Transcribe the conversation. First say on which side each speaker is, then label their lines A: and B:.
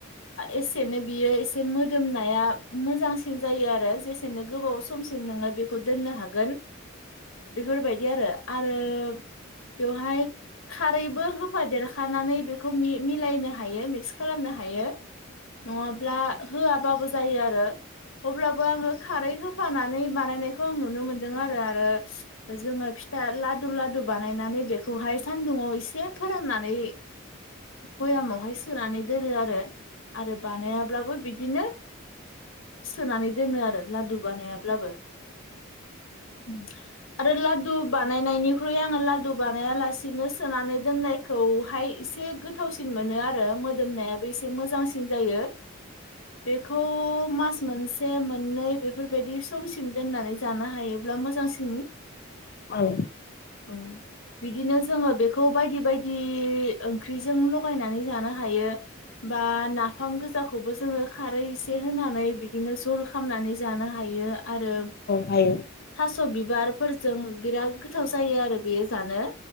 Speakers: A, on the left; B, on the left.
A: एसेनो बियो एसे मोदोमनाया मोजां। सिं जायो आरो जेसेनो गोबाव समसिम नोङो बेखौ दोननो हागोन। बेफोरबायदि आरो आरो बेवहाय खारैबो होफादेर। खानानै बेखौ मि मिलायनो हायो मिक्स खालामनो हायो नङाब्ला। होआबाबो जायो आरो अब्लाबो आङो। खारै होफानानै बानायनायखौ आं नुनो मोनदों आरो आरो जोङो फिथा लादु लादु बानायनानै बेखौहाय सानदुंङाव एसे फोराननानै। भयामआवहाय सोनानै दोनो आरो आरो बानायाब्लाबो बिद बिदिनो सोनानै दोनो आरो लादु बानायाब्लाबो। उम आरो लादु बानायनायनिख्रुइ आङो लादु बानाया लासिनो सोनानै दोननायखौ। हाय एसे गोथावसिन मोनो आरो मोदोमनायाबो एसे मोजांसिन जायो। बेखौ। मास मोनसे मोननै बेफोरबायदि समसिम दोननानै जानो हायोब्ला मोजांसिन।
B: औ
A: औ बिदिनो जोङो बेखौ बायदि बायदि बे ओंख्रिजों लगायनानै जानो हायो। बा नाफाम गोजाखौबो जोङो खारै एसे होनानै बिदिनो जल खालामनानै जानो हायो। आरो
B: हायो औ
A: थास' बिबारफोरजों बिराद गोथाव जायो आरो बेयो जानो।